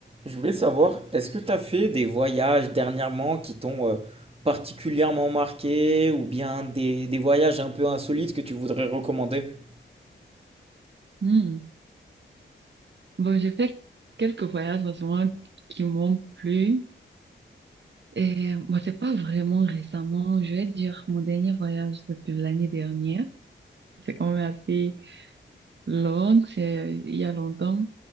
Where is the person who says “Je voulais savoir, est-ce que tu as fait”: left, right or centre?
Right